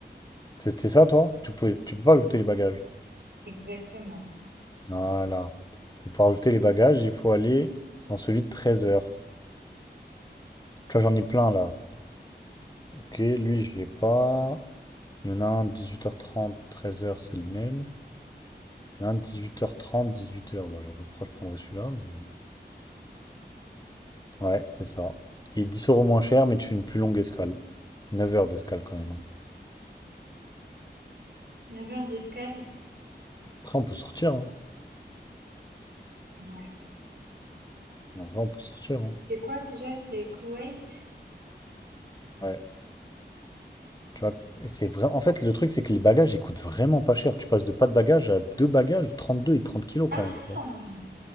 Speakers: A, on the left (about 20°); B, on the right (about 60°).
A: C'était ça, toi? Tu pouvais, tu peux pas ajouter les bagages.
B: Exactement.
A: Voilà. Mais pour ajouter les bagages, il faut aller dans celui de treize heures. Tu vois, j'en ai plein là. Ok, lui, j'ai pas. Il y en a un 18h30, 13h, c'est le même. Il y en a un 18h30, 18h. Moi, je pourquoi je prendrais celui-là, mais. Ouais, c'est ça. Il est 10 euros moins cher, mais tu fais une plus longue escale. 9 heures d'escale quand même. hein.
B: Neuf heures d'escale?
A: Après, on peut sortir. hein.
B: Ouais.
A: En vrai, on peut sortir. hein.
B: C'est quoi déjà? C'est Koweït?
A: Ouais. Tu vois, et c'est vrai. En fait, le truc, c'est que les bagages, ils coûtent vraiment pas cher. Tu passes de pas de bagages à deux bagages, 32 et 30 kilos
B: Ah!
A: quand même. tu vois.